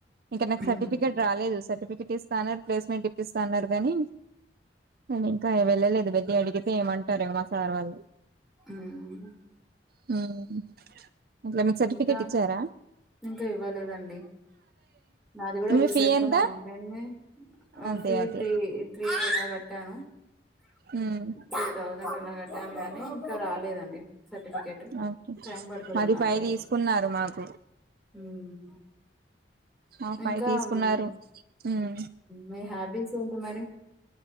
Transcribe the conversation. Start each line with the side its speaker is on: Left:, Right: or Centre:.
Right: ఇంకా నాకు
Centre: హ్మ్
Right: సర్టిఫికెట్ రాలేదు. సర్టిఫికెట్ ఇస్తన్నారు ప్లేస్మెంట్ ఇపిస్తాన్ అనర్గాన్ని నేను ఇంకా వెళ్ళలేదు. వేది అడిగితే ఏమంటారో మా సార్ వాళ్ళు
Centre: హుహ్
Right: హుహ్ దాన్కి సర్టిఫికేట్
Centre: ఇంకా
Right: ఇచ్చారా
Centre: ఇంకా ఇవ్వలేదండి. నాది కూడా
Right: మీ
Centre: రీసెంట్
Right: ఫీ ఎంత
Centre: గా నే అయిపోయింది. ఆఫే
Right: అదే అదే
Centre: త్రీ త్రీ ఎలా కట్టాను
Right: ఉమ్
Centre: టూ థౌజండ్ అలా కట్టాను. గానీ ఇంకా రాలేదండి సర్టిఫికేట్
Right: ఓకే
Centre: టైం పడుతదన్నారు
Right: పది పై తీసుకున్నారు మాకు
Centre: హుహ్
Right: ఆ ఫైవ్
Centre: ఇంకాం
Right: తీసుకున్నారు
Centre: హు
Right: ఉమ్
Centre: మీ హ్యాబిస్ ఏంటి మరి